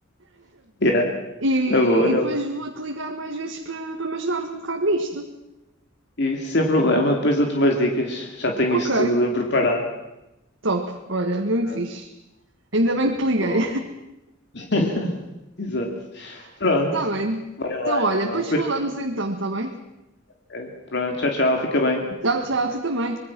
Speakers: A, on the left; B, on the right.
A: Yeah,
B: E,
A: na boa,
B: e
A: na
B: depois
A: boa.
B: vou-te ligar mais vezes para para me ajudares um bocado nisto.
A: E sem problema, depois dou-te umas dicas. Já tenho
B: Ok,
A: isso tudo preparado.
B: top. Olha, mesmo
A: Pronto.
B: fixe. Ainda bem que te liguei.
A: Boa. <laughs> Exato. Pronto.
B: <laughs> Está bem.
A: Vai lá
B: Então, olha,
A: então.
B: depois
A: Depois...
B: falamos então, está bem?
A: ok. Pronto, tchau, tchau. Fica bem.
B: Tchau, tchau, tu também.